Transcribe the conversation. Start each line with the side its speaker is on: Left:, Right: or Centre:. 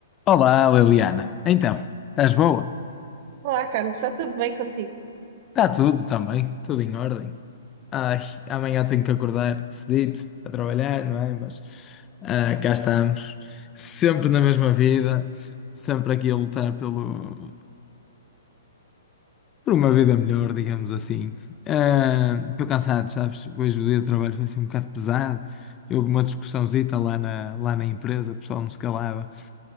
Left: Olá, Liliana. Então, estás boa?
Right: Olá, Carlos, está tudo bem contigo?
Left: Está tudo também, tudo em ordem. Ai, amanhã tenho que acordar cedito a trabalhar, não é? Mas ah, cá estamos, sempre na mesma vida, sempre aqui a lutar pelo, por uma vida melhor, digamos assim. Ah, Estou cansado, sabes? Hoje o dia de trabalho foi assim um bocado pesado. Houve uma discussãozita lá na, lá na empresa, o pessoal não se calava.